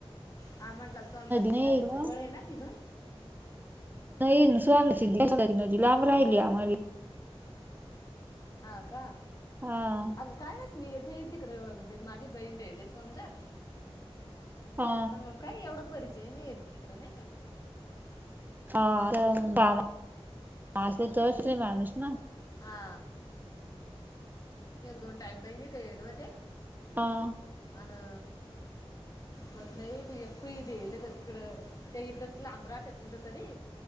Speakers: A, on the left; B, on the right.
A: हा म्हटलं सोमजती
B: नाही
A: नदी
B: इकडं.
A: जवळ आहे ना तिथून
B: नाही स्न न लांब राहिली आम्हाला
A: हा का
B: हा
A: अगं काय वस मी येथे तिकडे माझी बहीण राेले समजाात
B: हा
A: पण मग काय एवढा परिचय नाही येत तिकडं नाही का
B: हा मा त श्री माणूस ना
A: हा एक दोन टाईम बहिणी काय गल हो ते
B: ह
A: अ ना मग नाही यप देल का तिकडं त्या इकड लांब राहतात कुठ तरी